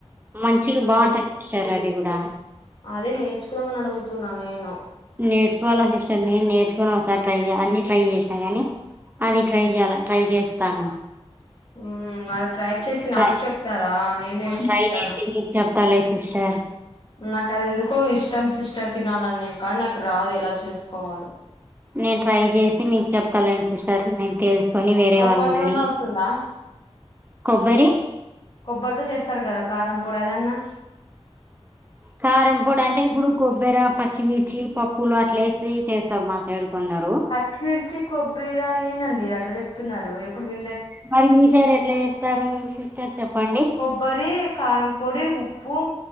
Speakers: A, on the right; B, on the left.
A: మంచిగా
B: అంటే
A: బాగుంటది సిస్టర్ అది కూడా
B: అదే నేర్చుకుదామని అడుగుతున్నా నేను
A: నేర్చుకోవాలా సిస్టర్ నేను నేర్చుకుని ఒకసారి ట్రై చేయ అన్ని ట్రై జేసినా కాని అది ట్రై జేయాల ట్రై జేస్తాను
B: ఊమ్ అది ట్రై చేసి
A: ట్రై
B: నాకు చెప్తారా నేను నేర్చుకుంటాను
A: ట్రై చేసి మీకు చెప్తాలే సిస్టర్
B: నాకదెందుకో ఇష్టం సిస్టర్ తినాలని కానీ నాకు రాదు ఎలా చేసుకోవాలో
A: నేను ట్రై జేసి మీకు చెప్తాలెండి సిస్టర్ నేను తెల్స్ కొని వేరే
B: కొబ్బరితోనే
A: వాళ్ళనడిగి
B: వస్తుందా
A: కొబ్బరి
B: కొబ్బరితో చేస్తారు కదా కారంపొడి అదన్నా
A: క్యారం బొడంటే ఇప్పుడు కొబ్బర పచ్చిమిర్చి పప్పులు అట్లేసి చేస్తారు మా సైడు కొందరు
B: పచ్చిమిర్చి కొబ్బిర ఏందండి అట్ల జెప్ తున్నారు ఎప్పుడు విన్
A: మరి మీ సైడ్ ఎట్ల జేస్తారు సిస్టర్ చెప్పండి
B: బ్బరి కారంపొడి ఉప్పు